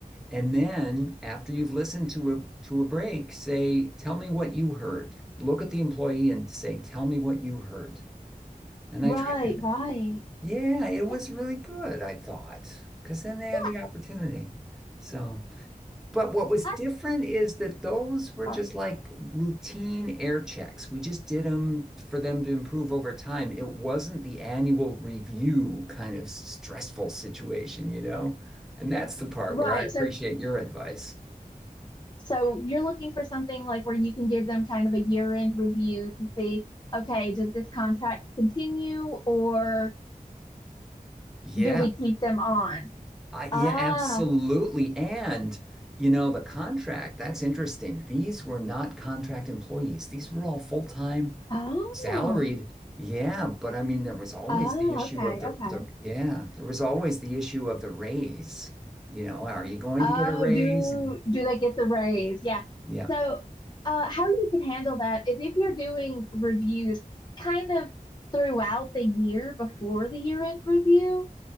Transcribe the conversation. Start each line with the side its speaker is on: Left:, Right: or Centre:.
Centre: and then after you've listened to a to a break, say, "Tell me what you heard." Look at the employee and say, "Tell me what you heard." And
Left: right,
Centre: I tried that.
Left: right.
Centre: Yeah, it was
Left: Yeah,
Centre: really good, I thought, because then they had
Left: yeah.
Centre: the opportunity. So, but what was
Left: I
Centre: different
Left: think
Centre: is that those were
Left: sorry.
Centre: just like routine air checks. We just did them for them to improve over time. It wasn't the annual review kind of stressful situation, you know? And that's the part
Left: Right.
Centre: where I appreciate
Left: So,
Centre: your advice.
Left: so you're looking for something like where you can give them kind of a year-end review to see, okay, does this contract continue or
Centre: Yeah.
Left: do we keep them on?
Centre: I, yeah,
Left: Ah,
Centre: absolutely. And, you know, the contract, that's interesting. These were not contract employees. These were all full-time
Left: oh,
Centre: salaried. Yeah, but I mean, there was always
Left: ah,
Centre: the issue
Left: okay,
Centre: of the,
Left: okay.
Centre: the yeah, there was always the issue of the raise. You know, are you going
Left: Oh,
Centre: to get a raise?
Left: do
Centre: And
Left: do they get the raise? Yeah.
Centre: yeah.
Left: So, uh, how you can handle that is if you're doing reviews kind of throughout the year before the year-end review,